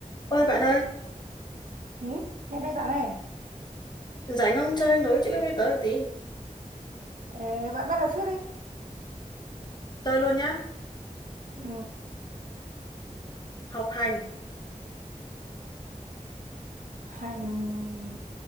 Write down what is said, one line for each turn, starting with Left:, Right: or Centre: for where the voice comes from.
Left: Ôi bạn ơi,
Right: Ừ, Nhân đây bạn này,
Left: rảnh không chơi nối chữ với tớ một tí.
Right: Ờ, bạn bắt đầu trước đi.
Left: Chơi luôn nhá.
Right: Ừ.
Left: Học hành.
Right: Hành